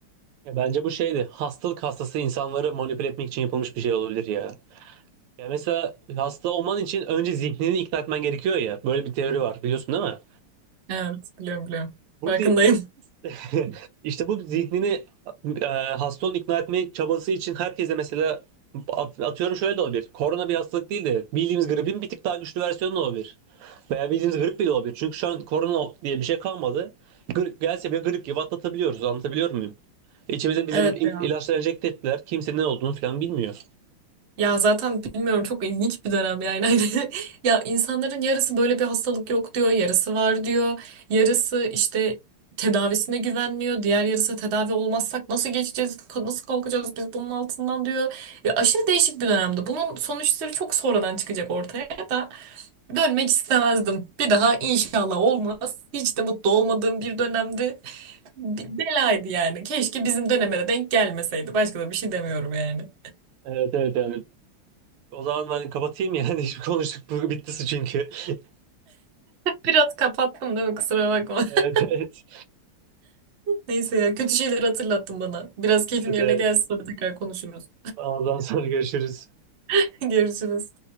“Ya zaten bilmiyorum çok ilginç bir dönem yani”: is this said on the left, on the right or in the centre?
Right